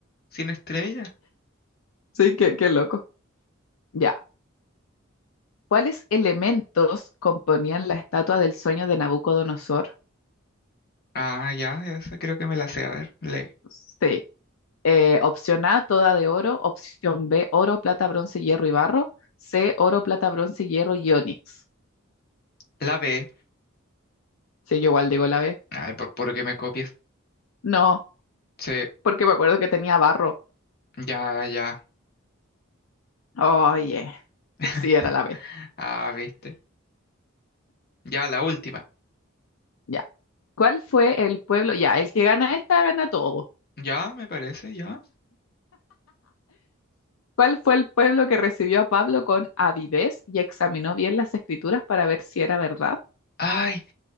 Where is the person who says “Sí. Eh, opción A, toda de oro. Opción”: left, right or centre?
Left